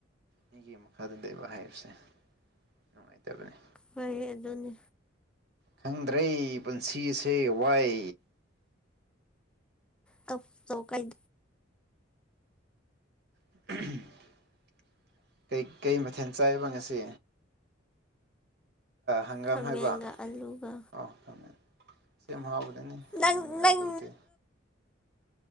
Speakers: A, on the right; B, in the centre.
A: ꯑꯩꯒꯤ ꯃꯈꯥꯗꯗꯩꯕ ꯍꯥꯏꯞꯁꯦ ꯅꯨꯡꯉꯥꯏꯇꯕꯅꯦ
B: ꯍꯣꯏ ꯑꯗꯨꯅꯦ
A: ꯈꯪꯗ꯭ꯔ ꯑꯔꯩ ꯄꯨꯟꯁꯤꯁꯦ ꯋꯥꯏ
B: ꯇꯥ ꯇꯣ ꯀꯩ
A: <unintelligible> ꯀꯩꯀꯩ ꯃꯊꯦꯜ ꯆꯥꯏꯕ ꯉꯁꯤ ꯍꯪꯒꯥꯝ
B: ꯈꯥꯃꯦꯟꯒ
A: ꯍꯥꯏꯕꯥ
B: ꯑꯂꯨꯒ
A: ꯑ‌ꯣ ꯊꯝꯃꯦ ꯁꯦꯝ ꯍꯥꯎꯕꯗꯅꯤ ꯀꯃꯥꯏꯅ
B: ꯅꯪ
A: ꯈ
B: ꯅꯪ
A: ꯂꯧꯗꯦ